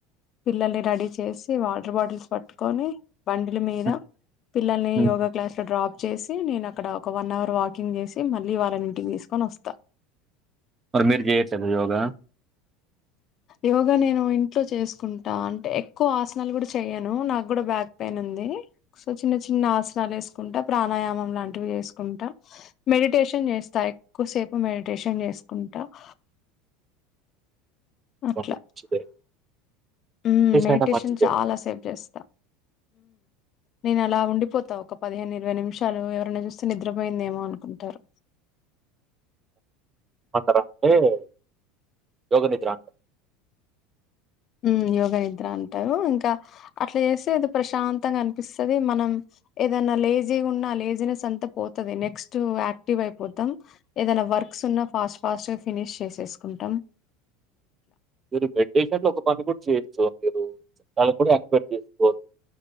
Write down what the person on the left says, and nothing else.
పిల్లల్ని రెడీ చేసి వాటర్ బాటిల్స్ పట్టుకొని బండిల మీద
పిల్లల్ని
యోగా క్లాస్లో డ్రాప్ చేసి నేనక్కడ ఒక వన్ అవర్ వాకింగ్ చేసి మళ్ళీ వాళ్ళన్ ఇంటికి తీస్కోన్ వస్తా.
యోగా నేను ఇంట్లో చేసుకుంటా అంటే ఎక్కు ఆస నాలు గుడ చేయను నాక్ గుడా బ్యాక్ పెయిన్ ఉంది. సో చిన్న చిన్న ఆసనాల్ ఏస్కుంటే ప్రాణాయామం అలాంటివి ఏస్కుంటా. మెడిటేషన్ చేస్తా ఎక్కుసేపు మెడిటేషన్ చేస్కుంటా. నా అట్ల
మ్ మెడిటేషన్
చాలా సేఫ్ చేస్తా. నేన్ అలా ఉండిపోతా ఒక పదిహేన్ ఇరవై నిమిషాలు ఎవరన్న చూస్తే నిద్రపోయిందేమో అనుకుంటారు.
మ్ యోగ నిద్రా అంటారు. ఇంక అట్లా చేస్తే అది ప్రశాంతంగ అన్పిస్తది మనం ఏదన లేజీగున్న లేజీనెస్ అంతా పోతది నెక్స్ట్ యాక్టివ్ అయిపోతం ఏదన్న వర్క్స్ ఉన్నా ఫాస్ట్ ఫాస్ట్గా ఫినిష్ చేసేస్కుంటాం.